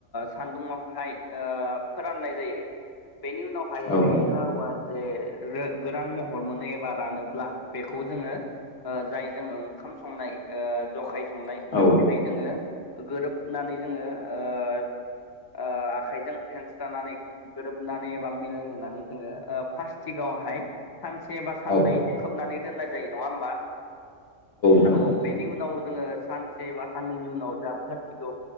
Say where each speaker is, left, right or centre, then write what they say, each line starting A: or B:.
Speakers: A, on the left; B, on the left.
A: सान्दुङावहाय फोराननाय जायो बेनि उनावहाय
B: औ नोंथां औ औ
A: बे
B: ओइ
A: लारुआ जे गोदान महर मोनो एबा रानोब्ला बेखौ जोङो जाय जों ओंखाम संनाय जखाय संनाय
B: औ
A: बेवहाय
B: औ नोंथां
A: जोङो गोरोबनानै जोङो ओ आखाइजों फेनस्रनानै गोरोबनानै एबा मिलायहोनानै जोङो प्लास्टिकआव ह सानसे बा साननै
B: औ
A: खोबनानै दोननाय जायो नङा होमबा
B: नंगौ
A: औ बेनि उनाव जोङो सानसे बा साननैनि उनाव जा पार्स्टिकआव